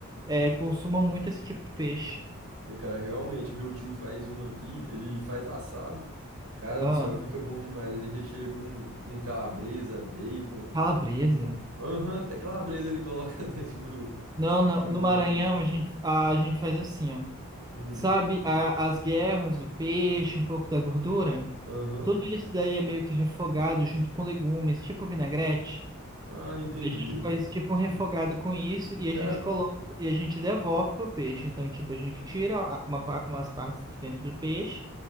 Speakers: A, on the right; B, on the right.
A: eh, consumam muito esse tipo de peixe.
B: E, cara, realmente, meu tio faz um aqui, ele faz assado. Cara
A: Ah,
B: do céu, fica bom demais. Ele recheia com, com calabresa, bacon.
A: calabresa.
B: Aham, até calabresa ele coloca <laughs> dentro do,
A: Não, não.
B: do,
A: No Maranhão
B: do peixe.
A: a gente, a gente faz assim, ó.
B: Hum,
A: Sabe, a- as guerras, o peixe, um pouco da gordura?
B: aham.
A: Tudo isso daí é meio que refogado junto com legumes, tipo vinagrete.
B: Ah, entendi.
A: A gente faz tipo um refogado com isso e a
B: Cara,
A: gente coloca e a gente devolve pro peixe. Então, tipo, a gente tira a- uma, par- umas partes de dentro do peixe,